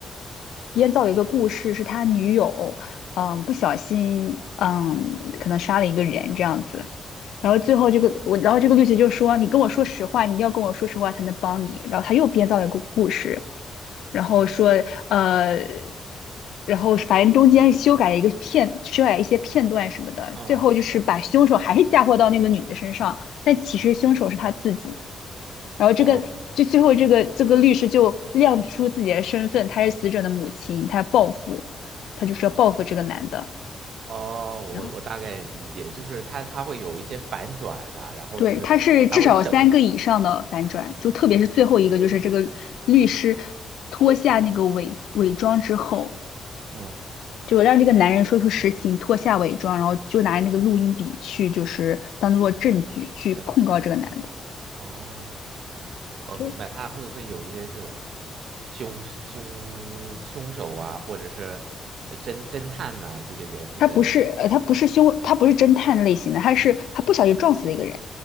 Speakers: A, on the left; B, on the right.
A: 编造一个故事，是他女友，嗯，不小心，嗯，可能杀了一个人这样子。然后最后这个我，然后这个律师就说：“你跟我说实话，你一定要跟我说实话才能帮你。”然后他又编造了一个故事，然后说，呃，然后反正中间修改了一个片，修改一些片段什么的，
B: 嗯，
A: 最后就是把凶手还是嫁祸到那个女的身上，但其实凶手是他自己。然后这个就最后这个这个律师就亮出自己的身份，
B: 哦
A: 他是死者的母亲，她要报复，她就是要报复这个男的。
B: 哦，我我我大概理解，
A: 然后
B: 就是它它会有一些反转的，然后就是它会省，
A: 对，他是至少有三个以上的反转，就特别是最后一个，就是这个律师脱下那个伪伪装之后，
B: 嗯，
A: 就让这个男人说出实情，
B: 哦，
A: 脱下伪装，然后就拿着那个录音笔去，就是当做证据去控告这个男的。
B: 证据，哦。呃，
A: 对，
B: 明白，他会会有一些这种凶凶凶手啊，或者是呃侦侦探呐、这些元素在里面。
A: 他不是呃，他不是凶，他不是侦探类型的，他是他不小心撞死了一个人，